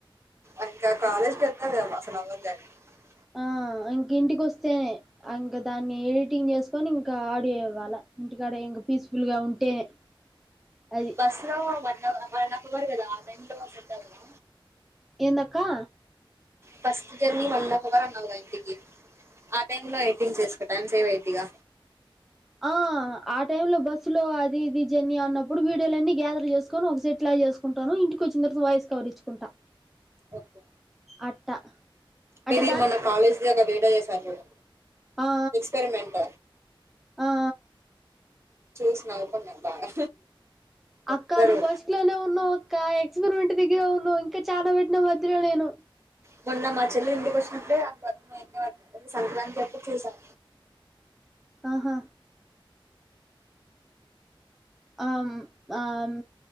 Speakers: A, on the right; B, in the centre.
A: అక్క కాలేకేళ్తవ గమా అసలు <unintelligible>
B: ఆ ఇంక ఇంటికొస్తేనే ఇంకా దాన్ని ఎడిటింగ్ చేసుకొని ఇంకా ఆడియో ఇవ్వాల ఇంటికాడ ఇంక పీస్ఫుల్ గా ఉంటేనే అది
A: బస్లో మ అక్కడ నాక్ కుదర్దు కదా ఆ టైమ్ లొ సెట్ అవ్లా
B: ఏందక్కా
A: ఫస్ట్ జర్నీ వన్నాఫ్ అవర్ అన్నావుగా ఇంటికి ఆ టైమ్ లో ఎడిటింగ్ చేసుకో టైం సేవ్ అయిద్దిగా
B: ఆ ఆ టై లో బస్సు లో అది ఇది జర్నీ అన్నప్పుడు వీడియోలున్నీ గ్యాదర్ చేసుకొని ఒక సెట్ లా చేసుకుంటాను ఇంటికి వచ్చిన తర్వాత వాయిస్ కవర్ ఇచ్చుకుంటా
A: ఓకే
B: అట్ట అంటే
A: మీది మొన్న కాలేజీ దాగా వీడియో చేశారు చూడు
B: అ
A: ఎక్స్పెరిమెంట్
B: ఆ అ ఆ
A: చూస్ నవ్వుకొన్న బాగా
B: అక్కా
A: ఒక్కరు
B: నువ్ ఫస్ట్ లోనే ఉన్నవ్ ఇంకా ఎక్స్పరిమెంట్ దగ్గేరే ఉన్నావ్ ఇంకా చానా పెట్నా మధ్యలో నేను
A: మొన్న మా చెల్లెలు ఇంటికి వచ్చినప్పుడే <unintelligible> సంక్రాంతి అ ప్పుడు చేశాం
B: ఆహా ఆమ్ ఆమ్